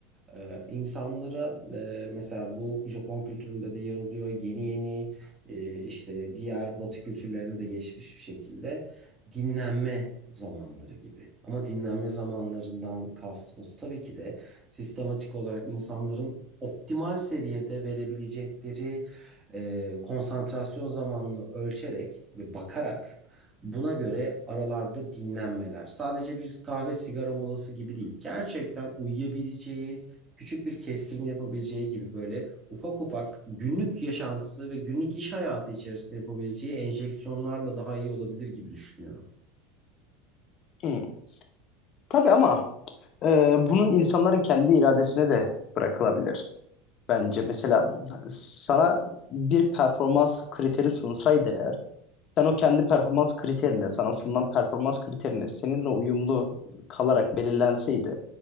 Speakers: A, on the right; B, on the left.
A: Ee, insanlara e, mesela bu Japon kültüründe de yer alıyor. Yeni yeni e, işte diğer Batı kültürlerine de geçmiş bir şekilde dinlenme zamanları gibi. Ama dinlenme zamanlarından kastımız tabii ki de sistematik olarak insanların optimal seviyede verebilecekleri e, konsantrasyon zamanını ölçerek ve bakarak Buna göre aralarda dinlenmeler. Sadece bir kahve sigara molası gibi değil. Gerçekten uyuyabileceği, küçük bir kestirme yapabileceği gibi böyle ufak ufak günlük yaşantısı ve günlük iş hayatı içerisinde yapabileceği enjeksiyonlarla daha iyi olabilir gibi düşünüyorum.
B: Hmm. Tabii ama e, bunun insanların kendi iradesine de bırakılabilir bence. Mesela sana bir performans kriteri sunsaydı eğer Sen o kendi performans kriterine, sana sunulan performans kriterine seninle uyumlu kalarak belirlenseydi,